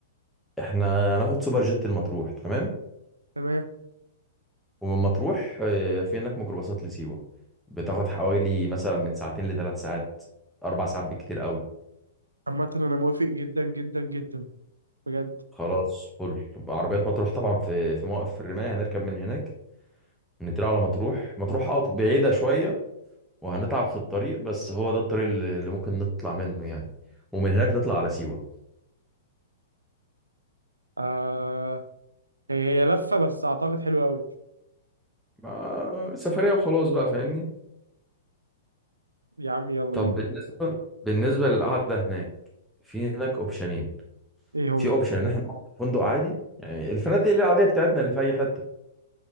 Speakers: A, in the centre; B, on the right.
A: احنا هناخد سوبر جيت المطروح تمام
B: تمام
A: ومن مطروح آه، في هناك ميكروباصات لسيوة بتاخد حوالي مثلا من ساعتين لثلاث ساعات اربع ساعات بالكتير قوي
B: عامه انا موافق جدا جدا جدا بجد
A: خلاص فل عربيات مطروح طبعا في في موقف الرماية هنركب من هناك نطلع على مطروح مطروح اه بعيدة شوية وهنتعب في الطريق بس هو ده الطريق اللي اللي ممكن نطلع منه يعني ومن هناك نطلع على سيوة
B: آه هي هي لفه بس اعتقد حلوه قوي
A: ما- سفرية وخلاص بقى فاهمني
B: يا عم يلا
A: طب
B: بينا
A: بالنسبة بالنسبة للقعدة هناك في هناك اوبشنين
B: ايه
A: في
B: هم
A: اوبشن ان احنا نقعد في فندق عادي يعني الفنادق اللي العادية بتاعتنا اللي في اي حتة